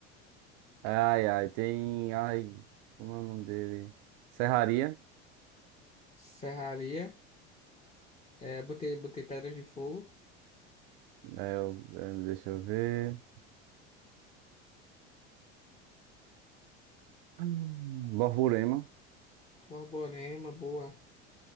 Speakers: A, on the right (about 60°); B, on the left (about 20°).
A: Ai, ai, tem. Ai, como é o nome dele? Serraria.
B: Serraria, é, botei, botei Pedras de Fogo,
A: É, eu- é, deixa eu ver. Hum, Borborema.
B: Borborema, boa.